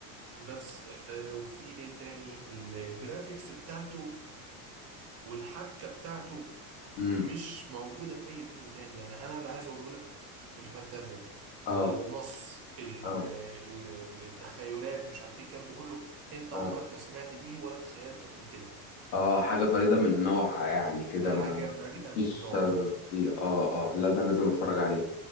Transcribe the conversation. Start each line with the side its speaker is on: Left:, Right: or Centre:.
Right: بس آه، وفي إيه تاني الجرافيكس بتاعته والحبكة بتاعته
Left: امم
Right: مش موجودة في أي فيلم تاني يعني أنا اللي عايز أقوله لك الفانتازيا
Left: اه
Right: النص ال-
Left: اه
Right: ال- التخيلات مش عارف إيه الكلام ده كله أنت
Left: اه
Right: عمرك ما سمعت بيه ولا تخيلته قبل كده
Left: اه حاجه فريده من نوعها يعني كده
Right: حاجة
Left: ما
Right: فريدة
Left: مفيش
Right: من نوعها
Left: شبه فيه اه اه لا ده أنا لازم اتفرج عليه